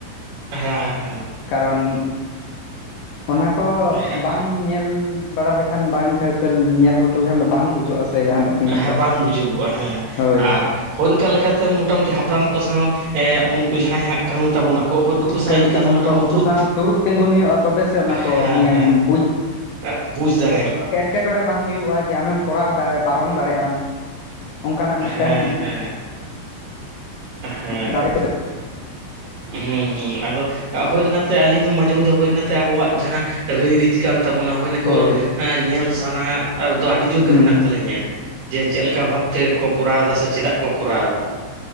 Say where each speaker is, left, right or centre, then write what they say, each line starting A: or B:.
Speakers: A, on the right; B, on the left.
A: ᱦᱮᱸ ᱦᱮᱸ ᱾
B: ᱠᱟᱨᱚᱱ ᱚᱱᱟ ᱠᱚ
A: ᱦᱮᱸ
B: ᱵᱟᱝ ᱧᱮᱞ ᱵᱟᱲᱟ ᱞᱮᱠᱷᱟᱱ ᱵᱟᱝ ᱴᱷᱟᱣᱠᱟᱹ ᱧᱮᱞ ᱜᱚᱴᱚ ᱞᱮᱠᱷᱟᱱ ᱫᱚ ᱵᱟᱝ ᱵᱩᱡᱩᱜᱼᱟ ᱥᱮ ᱡᱟᱦᱟᱱᱟᱜ ᱡᱤᱱᱤᱥᱴᱟ
A: ᱦᱮᱸ ᱵᱟᱝ ᱵᱩᱡᱟᱹᱜᱚᱜᱼᱟ, ᱦᱮᱸ
B: ᱦᱳᱭ
A: ᱟᱨ ᱦᱚᱱᱠᱟ ᱞᱮᱠᱟᱛᱮ ᱢᱚᱴᱟᱢᱩᱴᱤ ᱦᱟᱯᱲᱟᱢ ᱠᱚ ᱥᱟᱶ ᱮᱸ ᱩᱱᱠᱩ ᱡᱟᱦᱟᱸᱭ ᱦᱟᱸᱜ ᱠᱟᱱ ᱛᱟᱵᱚᱱᱟ, ᱠᱚ ᱦᱩᱱᱠᱩ ᱥᱟᱶ
B: ᱠᱟᱹᱢᱤ
A: ᱤᱱᱠᱟᱹ
B: ᱛᱟᱵᱚᱱᱟᱠᱚ
A: ᱫᱚ ᱢᱳᱴᱟᱢᱩᱴᱤ,
B: ᱩᱱᱠᱩ
A: <unintelligible> ᱫᱩᱨᱩᱵ
B: ᱥᱟᱶ ᱫᱩᱲᱩᱵ ᱛᱤᱸᱜᱩᱱ ᱦᱩᱭᱩᱜᱼᱟ ᱛᱚᱵᱮ ᱥᱮ ᱚᱱᱟ ᱠᱚ
A: ᱦᱮᱸ
B: ᱱᱤᱭᱟᱹᱢ
A: ᱦᱮᱸ ᱾ ᱮᱜ ᱵᱩᱡ ᱫᱟᱲᱮᱭᱟᱜᱼᱟᱢ ᱾
B: ᱠᱮᱴᱚᱬᱮ ᱵᱟᱝ ᱦᱩᱭᱩᱜᱼᱟ ᱡᱮ ᱟᱢᱮᱢ ᱠᱚᱨᱟᱣ ᱫᱟ ᱯᱟᱨᱚᱢ ᱫᱟᱲᱮᱭᱟᱜ ᱟᱢ, ᱚᱱᱠᱟᱱᱟᱜ ᱢᱤᱫᱴᱮᱱ
A: ᱦᱮᱸ ᱦᱮᱸ ᱦᱮᱸ,
B: ᱫᱟᱲᱮ
A: <inaudible>
B: <inaudible>
A: ᱦᱩᱸ ᱦᱩᱸ ᱟᱫᱚ ᱾ ᱦᱳᱱ ᱱᱟᱛᱮ ᱟᱹᱞᱤᱧ ᱦᱚᱸ ᱢᱟᱡᱷᱮ ᱢᱚᱫᱷᱮ ᱦᱳᱱ ᱱᱟᱛᱮ ᱟᱵᱚᱣᱟᱜ ᱡᱟᱦᱟᱸ ᱨᱟᱹᱭ ᱨᱤᱛ ᱠᱟᱱ ᱛᱟᱵᱚᱱᱟ ᱾ ᱚᱱᱟᱠᱚ
B: ᱦᱳᱭ
A: ᱮᱸ ᱧᱮᱞ ᱥᱟᱱᱟ ᱟᱨ ᱫᱚ ᱟᱹᱰᱤ ᱡᱳᱨ ᱜᱮ
B: ᱦᱩᱸ
A: ᱢᱮᱱᱟᱜ ᱛᱟᱹᱞᱤᱧᱟ ᱾ ᱡᱮ ᱪᱮᱜ ᱞᱮᱠᱟ ᱵᱷᱟᱵᱛᱮ ᱠᱚ ᱠᱚᱨᱟᱣ ᱫᱟ ᱥᱮ ᱪᱮᱫᱟᱜ ᱠᱚ ᱠᱚᱨᱟᱣ ᱫᱟ ᱾